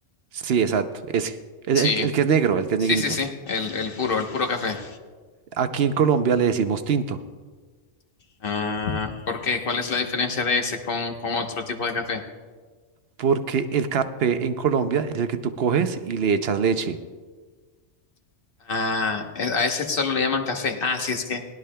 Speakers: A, on the right; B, on the left.
A: sí, exacto, ese. El,
B: Sí.
A: el que el que es negro, el que es
B: Sí,
A: negrito.
B: sí, sí, el, el puro, el puro café.
A: Aquí en Colombia le decimos tinto,
B: Ah, ¿por qué? ¿Cuál es la diferencia de ese con, con otro tipo de café?
A: porque el café en Colombia es el que tú coges y le echas leche.
B: Ah, e- a ese solo le llaman café. Ah, sí, es que